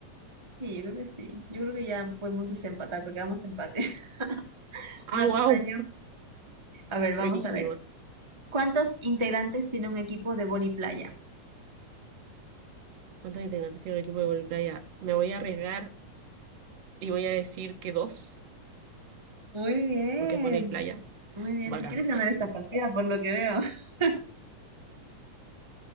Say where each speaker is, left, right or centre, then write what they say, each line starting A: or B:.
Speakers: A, on the right; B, on the right.
A: sí, yo creo que sí. Yo creo que ya podemos desempatar porque vamos a empate. <laughs>
B: Ah,
A: Una
B: wow,
A: tú, una yo. A ver, vamos
B: buenísima.
A: a ver. ¿Cuántos integrantes tiene un equipo de vóley playa?
B: ¿Cuántos integrantes tiene el equipo de vóley playa? Me voy a arriesgar y voy a decir que dos,
A: Muy bien,
B: porque es vóley playa.
A: muy bien.
B: Bacán.
A: Tú quieres ganar esta partida por lo que veo. <laughs>